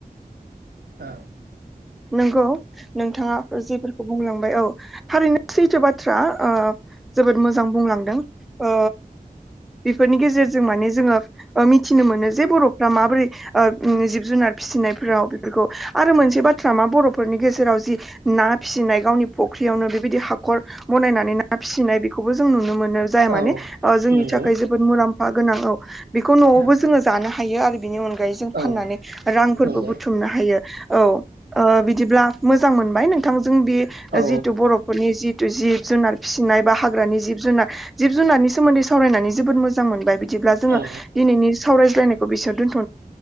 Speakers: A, on the right; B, in the centre.
A: ओ
B: नंगौ नोंथाङा जेफोरखौ बुंलांबाय औ। थारैनो सैथो बाथ्रा ओ जोबोद मोजां बुंलांदों ओ बेफोरनि गेजेरजों माने जोङो ओ मिथिनो मोनो जे बर'फ्रा माबोरै ओ उम जिब जुनार फिसिनायफोराव बेफोरखौ आरो मोनसे बा थ्रामा बर'फोरनि गेजेराव जि ना फिसिनाय गावनि फख्रियावनो बेबायदि हाखर बनायनानै ना फिसिनाय बेखौबो जों नुनो मोनो। नो जाया
A: औ
B: माने जोंनि
A: नंगौ
B: थाखाय जोबोद मुलाम फा गोनां औ बेखौ न'आवबो
A: औ
B: जोङो जानो हायो आरो बिनि अन गायै जों
A: औ
B: फाननानै रांफोरबो
A: नंगौ
B: बुथुमनो हायो। औ ओ बिदिब्ला मोजां मोनबाय नोंथांजों बे
A: औ
B: जिथु बर'फोरनि जि जिब जुनार फिसिनाय बा हाग्रानि जिब जुनार जिब जुनारनि सोमोन्दै सावरायनानै जोबोद मोजां मोनबाय बिदिब्ला जोङो
A: औ
B: दिनैनि सावरायज्लनायखौ बिसोर दोनथ'